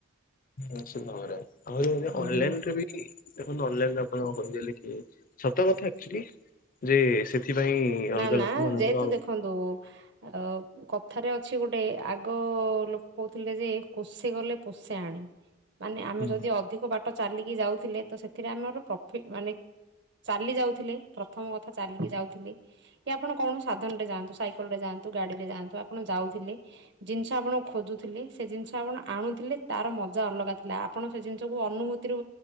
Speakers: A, on the left (about 45°); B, on the right (about 60°).
A: ନିଶ୍ଚିତ ଭାବରେ ଆହୁରି ମଧ୍ୟ
B: ହୁଁ
A: ଅନଲାଇନ
B: ହୁଁ
A: ରେ ବି ଦେଖନ୍ତୁ ଅନଲାଇନରେ ଆପଣ କଣ କହିବେ ଏ ସତ କଥା ଆଚୁଲି ଯେ ସେଥିପାଇଁ ଅଲଗା
B: ନା ନା
A: ଲୋକମାନଙ୍କର
B: ଯେହେତୁ
A: ଆଉ
B: ଦେଖନ୍ତୁ ଅ କଥାରେ କିଛି ଗୋଟେ ଆଗ ଲୋକ କହୁଥିଲେ ଯେ କୋଷେ ଗଲେ କୋଷେ ଆଣେ ମାନେ ଆମେ
A: ହୁଁ
B: ଯଦି ଅଧିକ ବାଟ ଚାଲିକି ଯାଉଥିଲେ ତ ସେଥିରେ ଆମର ପ୍ରଫିଟ ମାନେ ଚାଲି ଯାଉଥିଲି ପ୍ରଥମ କଥା ଚାଲିକି ଯାଉଥିଲି କି ଆପଣ କଣ ସାଧନ ରେ ଯାଆନ୍ତୁ ସାଇକେଲ ରେ ଯାଆନ୍ତୁ ଗାଡି ରେ ଯାଆନ୍ତୁ ଆପଣ ଯାଉଥିଲେ ଜିନିଷ ଆପଣ ଖୋଜୁଥିଲେ ସେ ଜିନିଷ ଆପଣ ଆଣୁଥିଲେ ତାର ମଜା ଅଲଗା ଥିଲା ଆପଣ ସେ ଜିନିଷକୁ ଅନୁଭୂତିରୁ